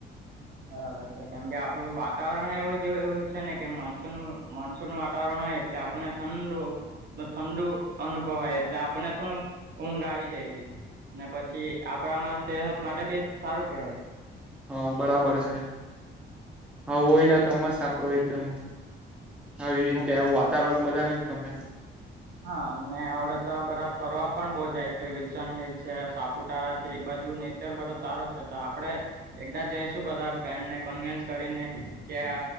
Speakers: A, on the right; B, in the centre.
A: બરાબર છે, કેમ કે આપડું વાતાવરણ એવું જેવું એવું છે ને કે, મોનસૂન મોનસુન વાતાવરણ હોય એટલે આપણને ઠંડુ ઠંડુ અનુભવાય એટલે આપને શું ઊંઘ આવી જાય. ને પછી આપણામાં સેહત માટે બી સારું કેહેવાય.
B: હા, બરાબર છે. આવું હોયને તો મસ્ત સાપડો એકદમ હાવી હુ કે વાતાવરણ બધાને જ ગમે.
A: હા ને અવડે તો બધા ફરવા પણ બહુ જાય છે વિલસન હિલ છે, સાપુતારા છે. એ બાજુ ને ચર બધો સારો છે તો આપડે એકદાડ જઈશું બધા ફ્રેન્ડને કન્વિન્સ કરીને કે,